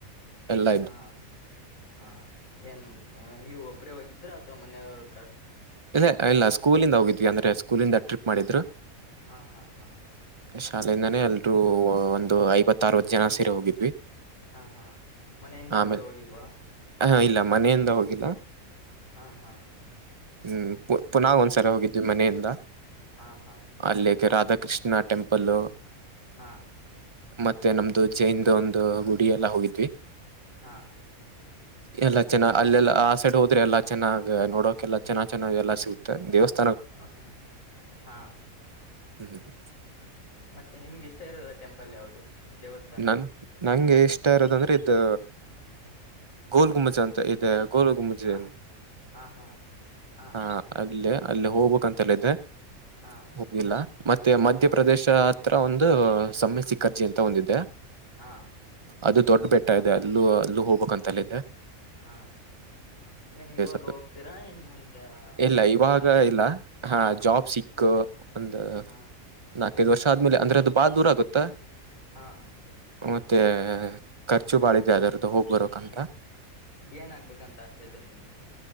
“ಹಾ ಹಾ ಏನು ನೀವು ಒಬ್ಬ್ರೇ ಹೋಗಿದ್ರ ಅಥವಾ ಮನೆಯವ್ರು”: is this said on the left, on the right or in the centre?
Left